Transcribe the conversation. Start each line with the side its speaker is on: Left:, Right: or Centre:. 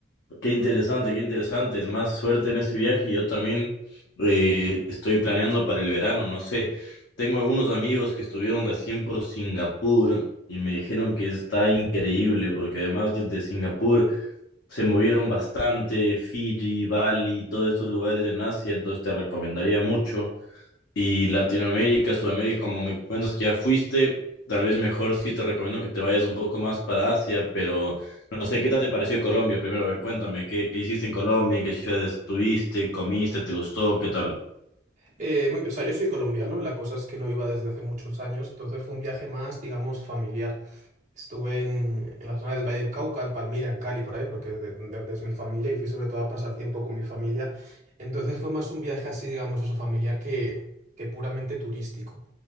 Left: qué interesante, qué interesante. Es más suerte en ese viaje. Yo también eh, estoy planeando para el verano. No sé, tengo algunos amigos que estuvieron recién por Singapur y me dijeron que está increíble porque además desde Singapur se movieron bastante, Fiji, Bali, todos estos lugares en Asia. Entonces te recomendaría mucho. Y Latinoamérica, Sudamérica, como me cuentas que ya fuiste, tal vez mejor sí te recomiendo que te vayas un poco más para Asia, pero no sé, ¿qué tal te pareció Colombia? Primero, a ver, cuéntame, ¿qué, qué hiciste en Colombia? ¿En qué ciudades estuviste? ¿Comiste? ¿Te gustó? ¿Qué tal?
Right: Eh, muy bien, o sea, yo soy colombiano, la cosa es que no iba desde hace muchos años, entonces fue un viaje más, digamos, familiar. Estuve en, en la zona del Valle del Cauca, en Palmira, en Cali, por ahí, porque de, de donde es mi familia, y fui sobre todo a pasar tiempo con mi familia. Entonces fue más un viaje así, digamos, eso, familiar que, que puramente turístico.